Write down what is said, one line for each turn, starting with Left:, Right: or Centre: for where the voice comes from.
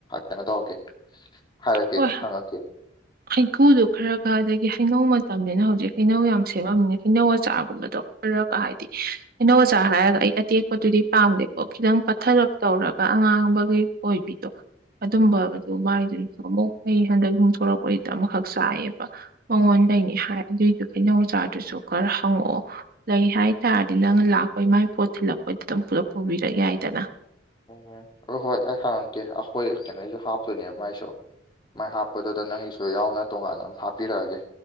Left: ꯀꯩꯅꯣ ꯇꯧꯔꯀꯦ ꯍꯥꯏꯔꯛꯀꯦ
Right: ꯍꯣꯏ
Left: ꯍꯪꯉꯛꯀꯦ
Right: <inaudible> ꯍꯩꯀꯨꯗꯣ ꯈꯔ ꯈꯔ ꯑꯗꯒꯤ ꯍꯩꯅꯧ ꯃꯇꯝꯅꯤꯅ ꯍꯧꯖꯤꯛ ꯍꯩꯅꯧ ꯌꯥꯝ ꯁꯦꯝꯃꯝꯅꯤ ꯍꯩꯅꯧ ꯑꯆꯥꯔꯒꯨꯝꯕꯗꯣ <unintelligible> ꯍꯥꯏꯗꯤ ꯍꯩꯅꯧ ꯑꯆꯥꯔ ꯍꯥꯏꯔꯒ ꯑꯩ ꯑꯇꯦꯛꯄꯗꯨꯗꯤ ꯄꯥꯝꯗꯦꯀꯣ ꯈꯤꯇꯪ ꯄꯠꯊꯔꯞ ꯇꯧꯔꯒ ꯑꯉꯥꯡꯕꯒꯤ ꯑꯣꯏꯕꯤꯗꯣ ꯑꯗꯨꯝꯕꯗꯨ ꯃꯥꯏꯗꯨꯗꯤ ꯑꯃꯨꯛ ꯑꯩ ꯍꯟꯗꯛ ꯌꯨꯝ ꯊꯣꯛꯔꯛꯄꯩꯗ ꯑꯃꯈꯛ ꯆꯥꯏꯌꯦꯕ ꯃꯉꯣꯟꯗꯩꯅꯦ ꯍꯥꯏꯔꯗꯤ ꯑꯗꯨ ꯍꯩꯅꯧ ꯑꯆꯥꯔꯗꯨꯁꯨ ꯈꯔ ꯍꯪꯉꯛꯑꯣ ꯂꯩ ꯍꯥꯏ ꯇꯥꯔꯗꯤ ꯅꯪꯅ ꯂꯥꯛꯄꯩ ꯃꯥꯏ ꯄꯣꯠ ꯊꯤꯜꯂꯛꯄꯩꯗ ꯑꯗꯨꯝ ꯄꯨꯂꯞ ꯄꯨꯕꯤꯔꯛ ꯌꯥꯏꯗꯅ
Left: ꯎꯝ ꯍꯣꯏ ꯍꯣꯏ ꯑꯩ ꯍꯪꯉꯛꯀꯦ ꯑꯈꯣꯏ ꯀꯩꯅꯣꯏꯁꯨ ꯍꯥꯞꯇꯣꯏꯅꯦꯕ ꯃꯥꯏꯁꯨ ꯃꯥꯏ ꯍꯥꯞꯄꯗꯨꯗ ꯅꯪꯒꯤꯁꯨ ꯌꯥꯎꯅ ꯇꯣꯉꯥꯟꯅ ꯑꯃ ꯍꯥꯞꯄꯤꯔꯛꯑꯒꯦ